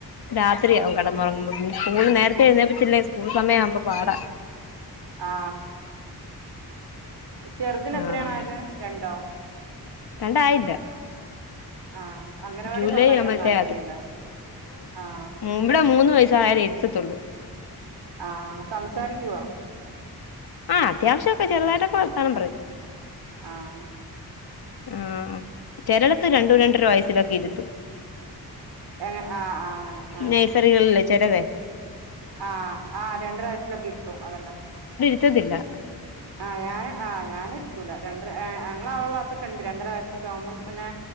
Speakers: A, on the left; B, on the right.
A: രാത്രിയാവും കെടന്നുറങ്ങുമ്പൊ പിന്ന സ്കൂൾ നേരത്തെ എഴുന്നേപ്പിച്ചില്ലേ സ്കൂൾ സമയമാവുമ്പൊ പാട
B: ആ ചെറുതിന്
A: ആഹ്
B: എത്രയാണായത് രണ്ടൊ
A: രണ്ടായില്ല
B: ആഹ അംഗണവാടി
A: ജൂലൈ
B: പറഞ്ഞയ ക്കാ
A: ആവുമ്പഴത്തേ
B: യാനൊന്നും ആയിട്ടില്ലല്ല ആഹ
A: ഉം ഇവടെ മൂന്ന് വയസ്സായാലേ ഇരുത്തത്തുള്ളൂ.
B: ആഹ സംസാരിക്കുവൊ
A: ആ അത്യാവശ്യക്കെ ചെറുതായിട്ടൊക്കെ വർത്താനം പറയും
B: ആഹ്
A: ആ ചെലടത്ത് രണ്ടു രണ്ടര വയസ്സിലൊക്കെ ഇരുത്തും
B: എങ്ങ ആ ആ അങ്ങനെ ആ
A: നഴ്സറികളിലെ ചെലതെ
B: ആഹ് ആഹ രണ്ടര വയസ്സിലക്കെ ഇരുത്തും അതന്ന
A: ഇത്തത്തില്ല
B: ആഹ് ഞാൻ ആ ഞാന എടുക്കൂല രണ്ട് ഞങ്ങളെ ആ ഭാത്ത് രണ്ടര വയസ്സൊക്കെ ആകുമ്പോ പിന്നെ